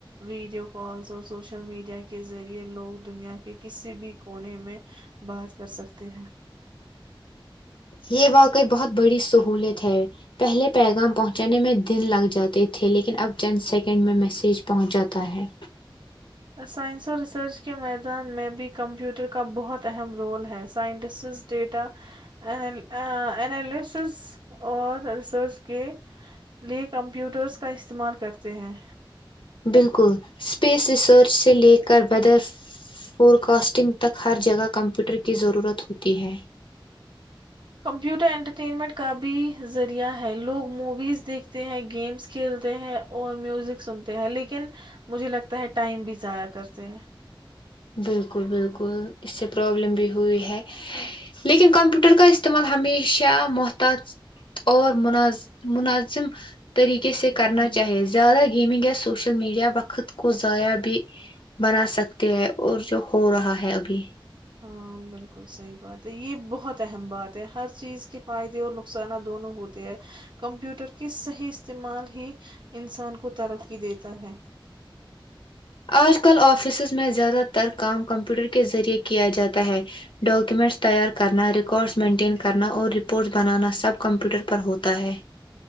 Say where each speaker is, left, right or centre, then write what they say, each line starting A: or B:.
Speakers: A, on the right (about 60°); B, on the left (about 70°).
A: ویڈیو کالس اور سوشل میڈیا کے ذریعے لوگ دنیا کے کسی بھی کونے میں بات کر سکتے ت ہیں
B: یہ واقعی بہت بڑی سہولت ہے پہلے پیغام پہنچانے میں دن لگ جاتے تھے لیکن اب چند سیکنڈ میں میسج پہنچ جاتا ہے
A: سائنس اور ریسرچ کے میدان میں بھی کمپیوٹر کا بہت اہم رول ہے سائنٹسٹس ڈیٹا االسس اور ریسرچ کے لئے کمپیوٹرز کا استعمال کرتے ہیں
B: بالکل اسپیس ریسرچ سے لے کر بدر فورکسٹنگ تک ہر جگہ کمپیوٹر کی ضرورت ہوتی ہے
A: کمپیوٹر انٹرٹینمنٹ کا بھی ذریعہ ہے لوگ موویز دیکھتے ہیں گیمس کھیلتے ہیں اور میوزک سنتے ہیں لیکن مجھے لگتا ہے ٹائم بھی ضائع کرتے ہیں
B: بالکل بالکل اس سے پرابلم بھی ہوئی ہے لیکن کمپیوٹر کا استعمال ہمیشہ محتاط اور مناز مناظم طریقے سے کرنا چاہیے زیادہ گیمنگ یا سوشل میڈیا وقت کو ضائع بھی بنا سکتے ہے اور جو ہو رہا ہے ابھی
A: ہاں بالکل صحیح بات ہے یہ بہت اہم بات ہے ہر چیز کے فائدے اور نقصانات دونوں ہوتے ہے کمپیوٹر کے صحیح استعمال ہی انسان کو ترقی دیتا ہے
B: آج کل آفیسز میں زیادہ تر کام کمپیوٹر کے ذریعہ کیا جاتا ہے ڈاکیومنٹس تیار کرنا ریکارڈز مینٹین کرنا اور رپورٹس بنانا سب کمپیوٹر پر ہوتا ہے